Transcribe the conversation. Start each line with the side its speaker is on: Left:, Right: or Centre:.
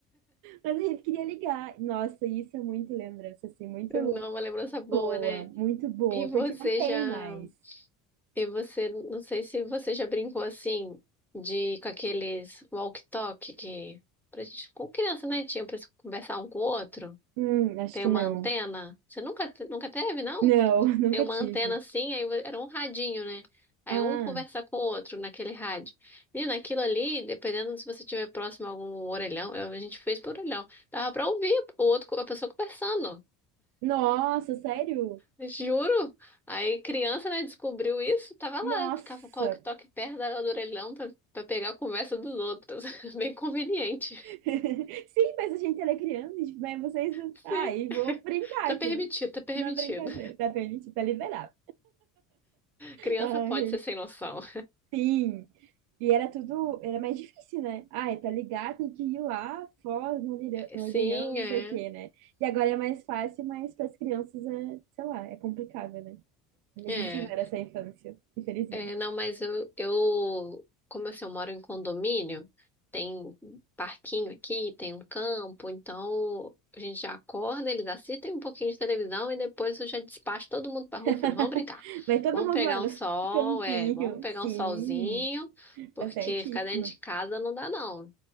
Right: Mas a gente queria ligar. Nossa, isso é muito lembrança, assim, muito
Centre: Não, uma lembrança boa,
Right: boa,
Centre: né?
Right: muito boa,
Centre: E você
Right: porque não tem
Centre: já.
Right: mais.
Centre: E você, não sei se você já brincou assim, de com aqueles walkie-talkie que. Pra gente, com criança, né? Tinha pra se conversar um com o outro.
Right: Hum, acho
Centre: Tem
Right: que
Centre: uma
Right: não.
Centre: antena. Você nunca, te- nunca teve, não?
Right: Não, <laughs> nunca
Centre: Aí uma
Right: tive.
Centre: antena assim, aí era um radinho, né? Aí
Right: Ah,
Centre: um conversa com o outro naquele rádio. E naquilo ali, dependendo se você estiver próximo a algum orelhão, eu- a gente fez por orelhão. Dava pra ouvir o outro, co- a pessoa conversando.
Right: nossa, sério?
Centre: Juro. Aí criança, né, descobriu isso, tava lá,
Right: Nossa!
Centre: ficava com o walkie-talkie perto da- do orelhão pra, pra pegar a conversa dos outros. <laughs> Bem conveniente.
Right: <laughs> Sim, mas a gente era criança, tipo, mas vocês.
Centre: Sim,
Right: Ai, vou brincar
Centre: tá
Right: aqui.
Centre: permitido, tá permitido.
Right: Na brincadeira, tá permitido, tá liberado.
Centre: Criança
Right: Ai,
Centre: pode ser sem noção.
Right: Sim. E era tudo, era mais difícil, né? Ah, é pra ligar, tem que ir lá, Foz, Mandeirão, Mandeirão,
Centre: Sim,
Right: não
Centre: é.
Right: sei o quê, né? E agora é mais fácil, mas para as crianças é, sei lá, é complicado, né? Eles
Centre: É.
Right: não tiveram essa infância, infelizmente.
Centre: É, não, mas eu, eu, como assim, eu moro em condomínio, tem um parquinho aqui, tem um campo, então a gente já acorda, eles assistem um pouquinho de televisão e depois eu já despacho todo mundo pra rua,
Right: <laughs>
Centre: falei, vamos brincar,
Right: Vai todo
Centre: vamos
Right: mundo
Centre: pegar
Right: lá no
Centre: um sol,
Right: campinho.
Centre: é, vamos pegar
Right: Sim,
Centre: um solzinho, porque
Right: tá certíssima.
Centre: ficar dentro de casa não dá não.